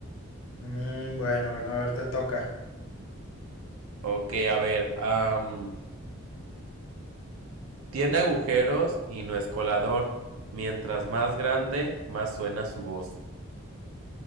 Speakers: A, on the left; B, on the right.
A: Mm, bueno, bueno, a ver, te toca.
B: Ok, a ver, am, tiene agujeros y no es colador. Mientras más grande, más suena su voz.